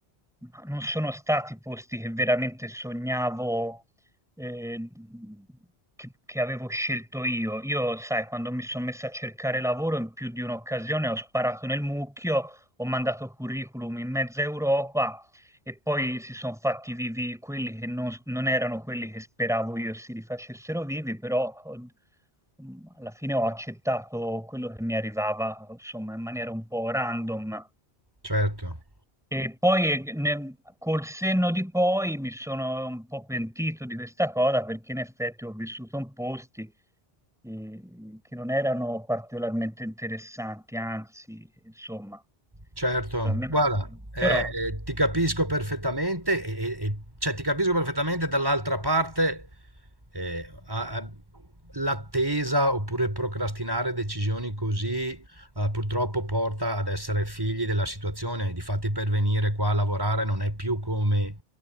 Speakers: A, in the centre; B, on the right (about 20°).
A: ma non sono stati posti che veramente sognavo, eh, che, che avevo scelto io. Io, sai, quando mi sono messo a cercare lavoro in più di un'occasione ho sparato nel mucchio, ho mandato curriculum in mezza Europa e poi si sono fatti vivi quelli che non, non erano quelli che speravo io si rifacessero vivi, però ho- mh, alla fine ho accettato quello che mi arrivava, insomma, in maniera un po' random.
B: Certo.
A: E poi eh, ne- col senno di poi mi sono un po' pentito di questa cosa perché in effetti ho vissuto in posti eh, che non erano particolarmente interessanti, anzi, insomma,
B: Certo,
A: veramente-
B: guarda, eh,
A: però
B: ti capisco perfettamente, e, e- e- cioè ti capisco perfettamente dall'altra parte eh, a- a- l'attesa oppure procrastinare decisioni così eh, purtroppo porta ad essere figli della situazione. Difatti per venire qua a lavorare non è più come